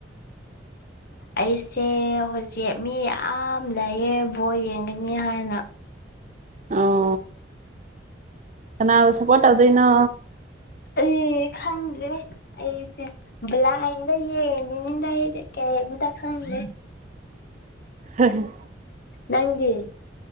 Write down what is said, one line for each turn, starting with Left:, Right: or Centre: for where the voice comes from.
Left: ꯑꯩꯁꯦ ꯍꯧꯖꯤꯛ ꯃꯤ ꯌꯥꯝ ꯂꯩꯌꯦ ꯕꯣꯜ ꯌꯦꯡꯒꯅꯤ ꯍꯥꯏꯅ
Right: ꯑꯣ ꯀꯅꯥꯕꯨ ꯁꯄꯣꯠ ꯇꯧꯗꯣꯏꯅꯣ
Left: ꯑꯩ ꯈꯪꯗ꯭ꯔꯦ ꯑꯩꯁꯦ ꯕ꯭ꯂꯥꯏꯟꯗ ꯌꯦꯡꯉꯤꯃꯤꯗ ꯑꯩꯗꯤ ꯀꯩꯝꯇꯥ ꯈꯪꯗ꯭ꯔꯦ
Right: <unintelligible>
Left: ꯅꯪꯗꯤ